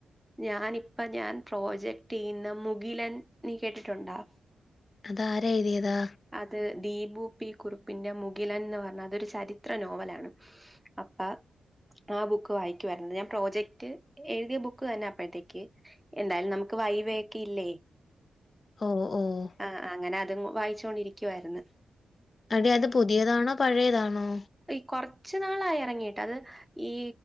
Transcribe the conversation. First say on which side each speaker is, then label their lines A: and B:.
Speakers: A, in the centre; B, on the left.
A: ഞാൻ ഇപ്പോ ഞാൻ പ്രോജക്ട് ചെയ്യുന്ന മുകിലൻ, നീ കേട്ടിട്ടുണ്ടോ?
B: അതാരെഴുതിയതാ?
A: അത് ദീപു പി കുറുപ്പിന്റെ മുകിലൻ ന്ന് പറഞ്ഞാ അതൊരു ചരിത്ര നോവലാണ്. അപ്പ, ആ ബുക്ക് വായിക്കുവായിരുന്നു. ഞാൻ പ്രോജക്ട് എഴുതിയ ബുക് ക്ക് തന്നെ അപ്പോഴത്തേക്ക്, എന്തായാലും നമുക്ക് വൈവയൊക്കെ ഇല്ലേ?
B: ഓഹ്! ഓഹ്!
A: ആഹ്, അങ്ങനെ അതും വായിച്ചോണ്ടിരിക്കുവായിരുന്നു.
B: അതെ, അത് പുതിയതാണോ? പഴയതാണോ?
A: ഈ കൊറച്ചു നാളായി എറങ്ങിയിട്ട്. അത് ഈ